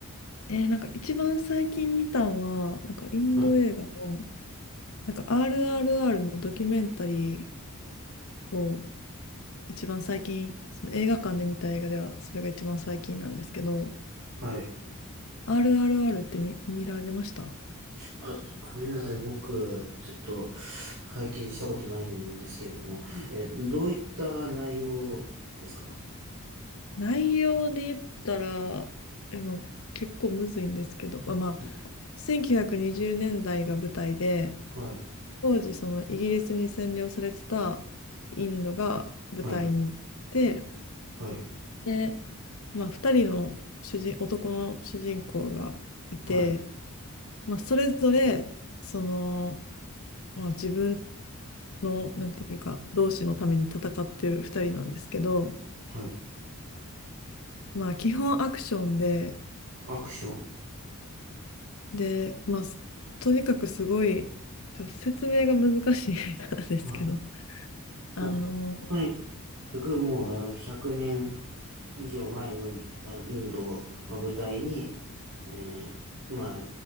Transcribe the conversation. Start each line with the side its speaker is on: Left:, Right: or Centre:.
Left: えーなんか一番最近見たんは、なんかインド映画の、
Right: はい。
Left: なんか RRR のドキュメンタリーを一番最近、その映画館で見た映画では、それが一番最近なんですけど、
Right: はい。
Left: RRR って見、見られました
Right: あ、ごめんなさい。僕、ちょっと拝見したことないんですけども、え、どういった内容ですか
Left: 内容で言ったら、でも結構むずいんですけど、まあ、まあ、
Right: はい。
Left: 1920年代が舞台で、
Right: はい。
Left: 当時そのイギリスに占領されてたインドが舞台になって
Right: はい。はい。
Left: で、まあ、2人の主人、男の主人公がいて、
Right: はい。
Left: まあ、それぞれその、まあ、自分のなんていうか同志のために戦ってる2人なんですけど、
Right: はい
Left: まあ、基本アクションで、
Right: アクション。
Left: で、まあ、とにかくすごいちょっと説明が難しい映画なんですけど。
Right: まあ、まあ
Left: あの
Right: とにかくもうあの100年以上前のイあインドを、まあ、舞台に、えーまあ、